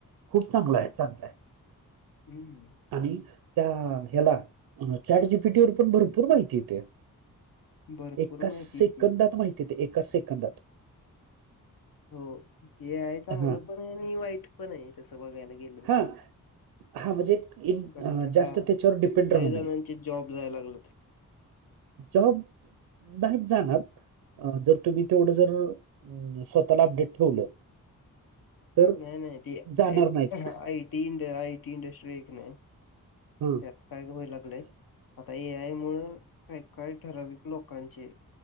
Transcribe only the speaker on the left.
हम् हम.
भरपूर
माहिती
येती.
हो हे आहे चांगलं
पण आहे. आणि वाईट पण आहे तस बघायला गे.
कारण
की आता
लय
जणांची.
जॉब जाय लागलं ते.
नाही नाही ती
आय
टी इंड आय टी इंडस्ट्री एक नाही.
त्यात काय होऊ लागलंय. आता ए आय मुळ काय काय ठराविक लोकांचे